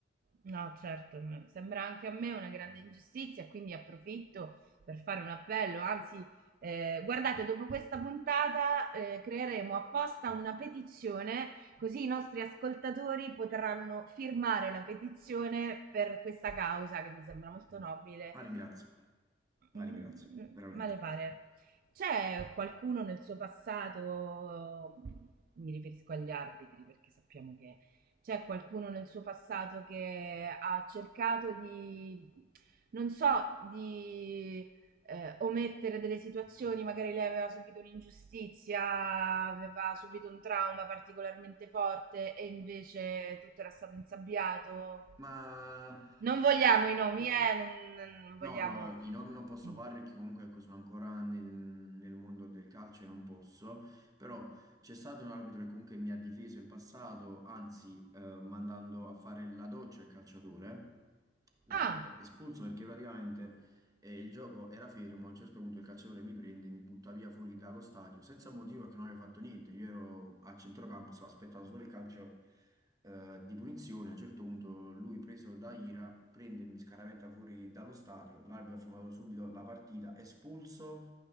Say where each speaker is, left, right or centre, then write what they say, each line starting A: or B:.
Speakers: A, on the right; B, on the right.
A: No, certo, m- sembra anche a me una grande ingiustizia, quindi approfitto per fare un appello. Anzi, eh, guardate, dopo questa puntata, eh, creeremo apposta una petizione, così i nostri ascoltatori potranno firmare la petizione per questa causa che mi sembra molto nobile
B: La ringrazio, la
A: Mm,
B: ringrazio, veramente.
A: male pare. C'è qualcuno nel suo passato, mm, mi riferisco agli arbitri perché sappiamo che c'è qualcuno nel suo passato che ha cercato di, non so, di eh, omettere delle situazioni, magari lei aveva subito un'ingiustizia, aveva subito un trauma particolarmente forte e invece tutto era stato insabbiato.
B: Ma
A: Non vogliamo i nomi, eh, non, non vogliamo...
B: No, no, i nomi non posso
A: Mm.
B: fare perché comunque ecco, sono ancora nel, nel mondo del calcio e non posso, però c'è stato un arbitro che comunque mi ha difeso in passato, anzi eh, mandando a fare la doccia al calciatore, l'ha
A: Ah,
B: proprio espulso perché praticamente e il gioco era fermo, a un certo punto il calciatore mi prende, mi butta via fuori dallo stadio, senza motivo perché non avevo fatto niente. Io ero a centrocampo, stavo aspettando solo il calcio eh, di punizione. A un certo punto lui, preso da ira, prende e mi scaraventa fuori dallo stadio. L'arbitro ha fermato subito la partita, espulso